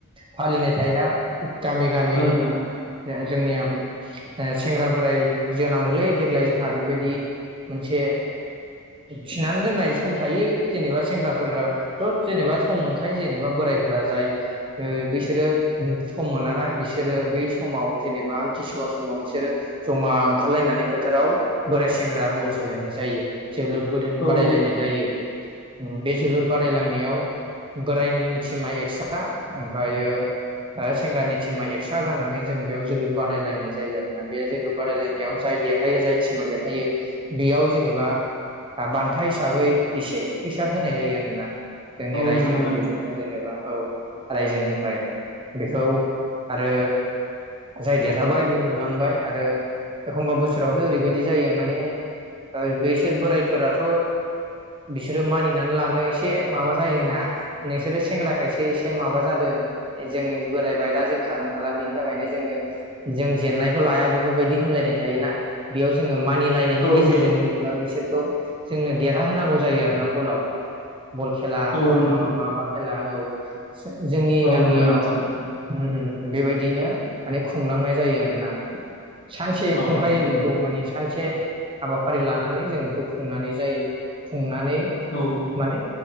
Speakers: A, on the right; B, on the left.
A: फालिनाय थायोना गामि गामि
B: औ नोंथां
A: जोंनिया ओ सेंग्रा बोराइ जोनांगौलै देग्लाय जोंहा बेबायदि मोनसे थिनानै दोननाय सम थायो जेनेबा सेंग्राफोरा थ जेनेबा सम मोनखायो जेनेेबा बोरायफ्रा जाय ओ बिसोरो सम मोनाना बिसोरो बै समाव जेनेबा आमथिसुवा समाव बिसोरो जमा ओंखारलायनानै फोथाराव बोराय सेंग्रा बल जोलायनाय जायो। जोलुरबोदो
B: औ
A: बादायलायनाय जायो। उम बे जोलुर बादायलायनायाव बोरायनिनि टिमा एक्सट्रा ओमफ्रायो ओ सेंग्रानि टिमा एक्सट्रा जानानै जों बेयाव जोलुर बादायलायनाय जायो आरोना। बे जोलुर बादायलायनायाव जाय देरहायो जाय टिमा देरहायो बेयाव जेनेबा बान्था हिसाबै एसे फैसा होनाय जायो आरोना जोंनि
B: औ औ
A: रायजो
B: नंगौ नामा
A: गिदिरनिफ्राय
B: नोंथां
A: जेनेबा औ। रायजोनिफ्राय बेखौ आरो जाय देरहाबाय बे मोनलांबाय आरो एखमबा बोसोरावथ ओरैबायदि जायो माने बैसोर बोरायफोराथ बिसोरो मानिनानै लानो एसे माबा जायो नोंसोरो सेंग्रा खायसे एसे माबा जादों जों बोरायबाय दा जों खारनो हाला बेनि थाखायनो जोङो जों जेननायखौ लाया बेफोरबायदि होनलायनाय थायोना। बेयाव जोङो मानिलायनायनि
B: औ
A: गेजेरजों
B: नोंथां
A: जेनोबा बिसोर औ जोंनो देरहा होनोनांगौ जायो आरोना बलाव। बल खेला
B: औ
A: नङाबा
B: नंगौ
A: माबा खेला। औ। जों जोंनि
B: औ
A: गामियाव
B: नंगौ नामा नोंथां
A: ओम ओम। बेबायदिनो माने खुंलांनाय जायो आरो। ना। सानसे
B: औ
A: खुंखायो
B: नंगौ
A: बेखौ
B: नोंथां
A: माने सानसे। हाबाफारि लानानै जों बेखौ खुंनानै जायो खुंना नै
B: औ
A: माने